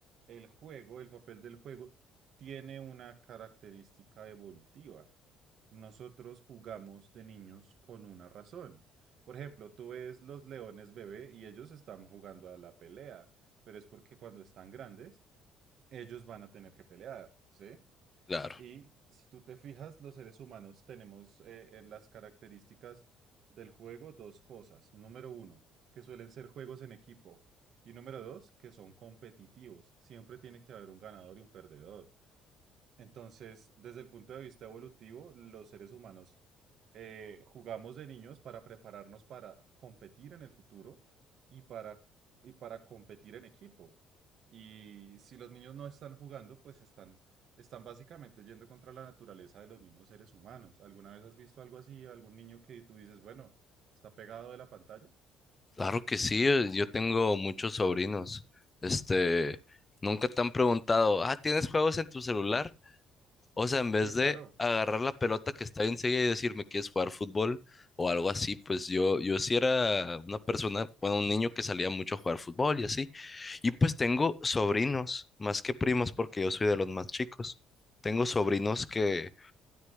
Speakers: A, on the right; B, on the left.
A: El juego, el papel del juego, tiene una característica evolutiva. Nosotros jugamos de niños con una razón. Por ejemplo, tú ves los leones bebé y ellos están jugando a la pelea, pero es porque cuando están grandes, ellos van a tener que pelear, ¿sí?
B: Claro,
A: Y si tú te fijas, los seres humanos tenemos eh, en las características del juego dos cosas. Número uno, que suelen ser juegos en equipo. Y número dos, que son competitivos. Siempre tiene que haber un ganador y un perdedor. Entonces, desde el punto de vista evolutivo, los seres humanos eh, jugamos de niños para prepararnos para competir en el futuro y para, y para competir en equipo. Y si los niños no están jugando, pues están, están básicamente yendo contra la naturaleza de los mismos seres humanos. ¿Alguna vez has visto algo así? ¿Algún niño que tú dices, bueno, está pegado de la pantalla?
B: claro que sí, eh, yo tengo muchos sobrinos. Este, nunca te han preguntado, ah, ¿tienes juegos en tu celular? O sea, en vez
A: Sí, claro.
B: de agarrar la pelota que está enseguida y decirme quieres jugar fútbol o algo así, pues yo, yo sí era una persona, bueno, un niño que salía mucho a jugar fútbol y así. Y pues tengo sobrinos, más que primos, porque yo soy de los más chicos. Tengo sobrinos que